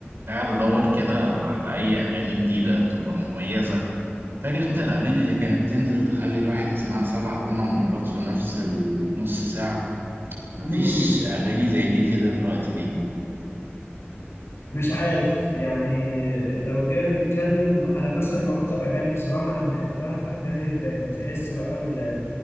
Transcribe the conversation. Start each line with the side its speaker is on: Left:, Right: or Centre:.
Right: قاعد ادور كده على اي اغاني جديده تبقى مميزه فاكر انت الاغاني اللي كانت تنزل تخلي الواحد يسمعها سبع تمن مرات في نفس النص ساعه مفيش
Left: مم.
Right: اغاني زي دي كده دلوقتي ليه
Left: مش عارف يعني لو جينا نتكلم على مثلا اكتر اغاني بصراحه انا بحبها في اغاني الراب تحس بقى ال-